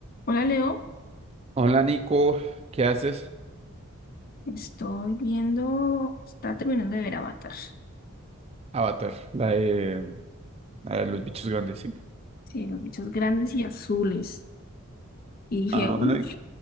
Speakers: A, on the left (about 40°); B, on the right (about 30°).
A: Hola Leo,
B: Hola Nico, ¿qué haces?
A: estoy viendo, está terminando de ver Avatar.
B: Avatar, la de, la de los bichos grandes, sí.
A: Sí, los bichos grandes y azules. Y dije,
B: Ah,
A: "Uh,
B: bueno, ¿y